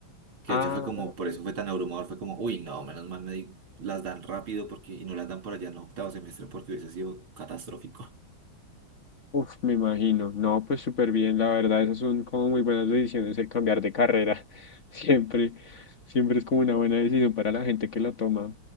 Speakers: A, on the right (about 80°); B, on the left (about 40°).
A: que
B: Ah.
A: de hecho fue como, por eso fue tan abrumador, fue como, uy, no, menos mal me di- las dan rápido porque, y no las dan por allá en octavo semestre porque hubiese sido catastrófico.
B: Uf, me imagino. No, pues súper bien, la verdad, esas son como muy buenas decisiones el cambiar de carrera. <laughs> Siempre, siempre es como una buena decisión para la gente que la toma.